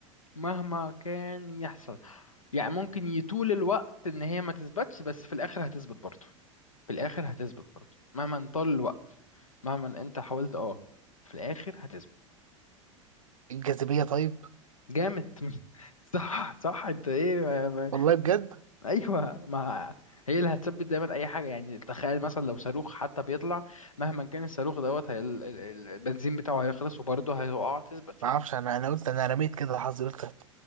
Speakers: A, on the left; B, on the right.
A: مهما كان يحصل يعني ممكن يطول الوقت ان هي ما تثبتش بس في الاخر هتثبت برضه في الاخر هتثبت برضه مهما طال الوقت مهما انت حاولت اه في الاخر هتثبت
B: الجاذبية طيب
A: جامد <laughs> صح صح انت ايه ما ما
B: والله بجد
A: ايوه ما هي اللي هتثبت دايما اي حاجه يعني تخيل مثلا لو صاروخ حتى بيطلع مهما كان الصاروخ دوت هي ال- ال- ال- البنزين بتاعه هيخلص وبرضه هيقع تثبت
B: ما
A: يعني
B: أعرفش أنا أنا قلت أنا رميت كده حظي قلت